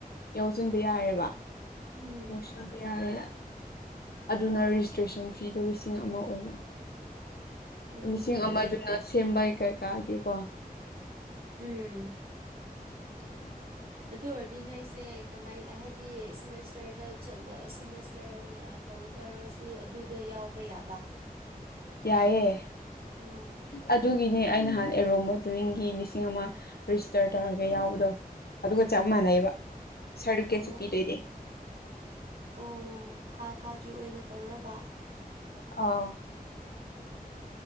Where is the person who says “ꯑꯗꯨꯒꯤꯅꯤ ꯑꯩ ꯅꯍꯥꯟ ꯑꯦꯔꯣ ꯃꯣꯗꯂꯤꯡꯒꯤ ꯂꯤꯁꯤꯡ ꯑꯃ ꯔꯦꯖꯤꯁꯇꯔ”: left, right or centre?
Left